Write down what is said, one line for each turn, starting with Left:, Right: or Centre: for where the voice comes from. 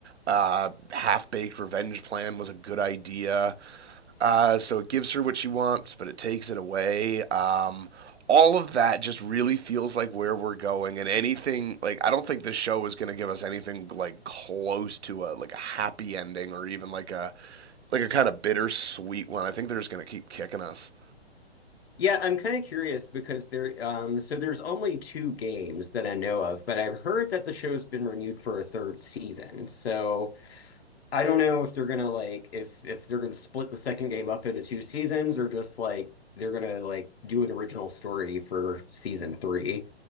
Right: uh, half-baked revenge plan was a good idea. Uh, so it gives her what she wants, but it takes it away. Um, all of that just really feels like where we're going, and anything like I don't think this show is going to give us anything like close to a like a happy ending or even like a like a kind of bittersweet one. I think they're just going to keep kicking us.
Left: Yeah, I'm kind of curious because there, um, so there's only two games that I know of, but I've heard that the show's been renewed for a third season. So I don't know if they're gonna like if if they're gonna split the second game up into two seasons or just like they're gonna like do an original story for season three.